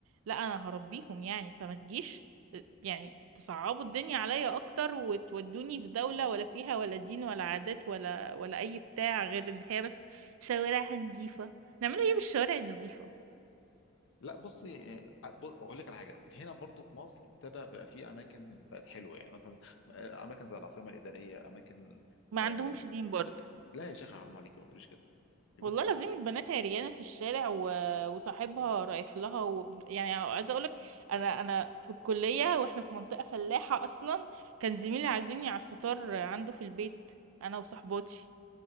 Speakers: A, on the right; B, on the left.
A: لا انا هربيهم يعني فما تجيش يعني تصعبوا الدنيا عليا اكتر وتودوني في دولة ولا فيها ولا دين ولا عادات ولا ولا اي بتاع غير ان هي بس شوارعها نظيفة نعملوا ايه بالشوارع النظيفة
B: لا بصي آه، بص- اقول لك على حاجه هنا برضو في مصر ابتدى بقى في اماكن بقت حلوه يعني مثلا آه، اماكن زي العاصمه الاداريه اماكن
A: ما
B: آه،
A: عندهمش دين برضو
B: لا يا شيخ حرام عليكي ما تقوليش كده يا
A: والله
B: بنت
A: لازم البنات عريانة في الشارع و... وصاحبها رايح لها و... يعني عايزة اقولك انا انا في الكلية واحنا في منطقة فلاحة اصلا كان زميلي عازمني على الفطار عنده في البيت انا وصاحباتي